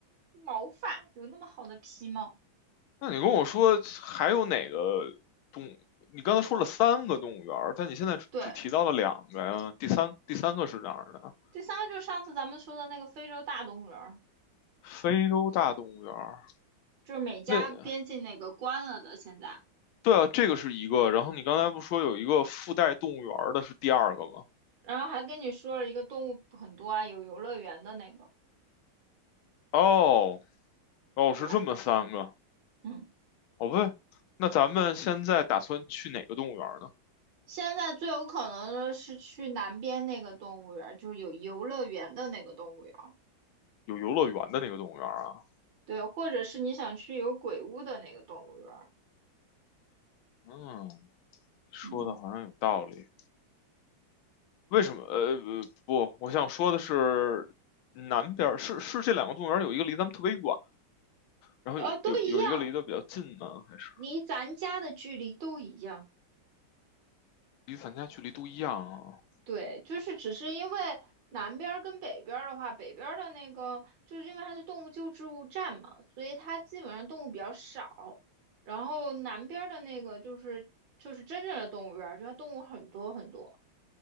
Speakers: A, on the right; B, on the left.
A: 毛发，有那么好的皮毛。
B: 那你跟我说还有哪个动？你刚才说了三个动物园儿，但你现在只只提到了两个呀。
A: 对，
B: 第三第三个是哪儿的？
A: 第三个就是上次咱们说的那个非洲大动物园儿，
B: 非洲大动物园儿。
A: 就是美加边境那个关了的，
B: 那
A: 现在，
B: 对啊，这个是一个。然后你刚才不说有一个附带动物园儿的是第二个吗？
A: 然后还跟你说了一个动物很多啊，有游乐园的那个，
B: 哦哦，
A: 对吧？
B: 是这么三个。
A: 嗯，
B: 哦不对，那咱们现在打算去哪个动物园儿呢？
A: 现在最有可能的是去南边那个动物园儿，就是有游乐园的那个动物园儿，
B: 有游乐园的那个动物园儿啊？
A: 对，或者是你想去有鬼屋的那个动物园儿，
B: 嗯，说的好像有道理。
A: 嗯，
B: 为什么？呃，呃不，我想说的是，南边儿是是这两个动物园儿有一个离咱们特别远，然后有有有一个离得比较近呢，
A: 呃，都一样，
B: 还是
A: 离咱家的距离都一样。
B: 离咱家距离都一样啊？
A: 对，就是只是因为南边儿跟北边儿的话，北边儿的那个就是因为它是动物救助站嘛，所以它基本上动物比较少。然后南边儿的那个就是就是真正的动物园儿，就它动物很多很多。